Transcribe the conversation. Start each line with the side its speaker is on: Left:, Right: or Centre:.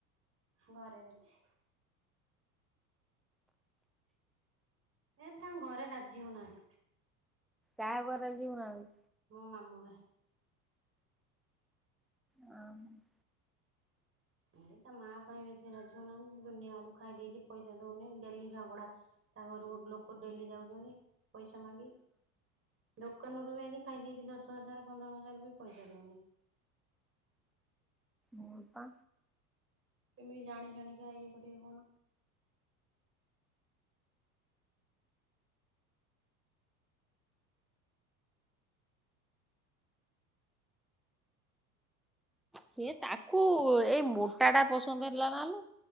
Right: ଘରେ ଅଛି। ଏ ତାଙ୍କ ଘରେ ରାଜି ହଉନାହାନ୍ତି।
Centre: କାହା ଘରେ ରାଜି ହୋଉ ନଥାନ୍ତି।
Right: ମୋ ମାମୁଁ ଘରେ।
Centre: ହଁ <unintelligible>
Right: ଏଇ ତା ମା ପାଇଁ ବେଶୀ ରାଜି ହଉନାହାନ୍ତି, ଦୁନିଆଡୁ ଖାଇ ଦେଇଚି ପଇସା ଦଉନି ଡେଲି ଝଗଡା। ତା ଘରକୁ ଲୋକ ଡେଲି ଯାଉ ଜୋନି ପଇସା ମାଗି, ଦୋକାନରୁୁ ବି ଆଜି ଖାଇ ଦେଇଚି ଦଶ ହଜାର ପନ୍ଦର ହଜାର ବି ପଇସା ଦୋଉନି।
Centre: ହଁ ବା
Right: କେମିତି ଜାଣି ଜାଣିକି ଇଏ କରିବି କହୁନ।
Centre: ସିଏ ତାକୁ ଏଇ ମୋଟା ଟା ପସନ୍ଦ ହେଲା ନାଲୋ!